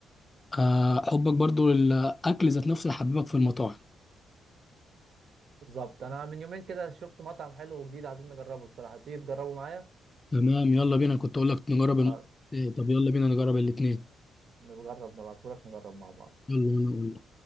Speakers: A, on the left; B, on the right.
A: آه، حبك برضو للاكل ذات نفسه يحببك في المطاعم
B: بالظبط انا من يومين كده شفت مطعم حلو وجديد عايزين نجربه الصراحه تيجي تجربه معايا
A: تمام يلا بينا كنت اقول لك نجرب
B: آه،
A: الم... إيه طب يلا بينا نجرب الاثنين
B: نجرب نبعتهولك نجرب مع بعض
A: يلا وانا اقول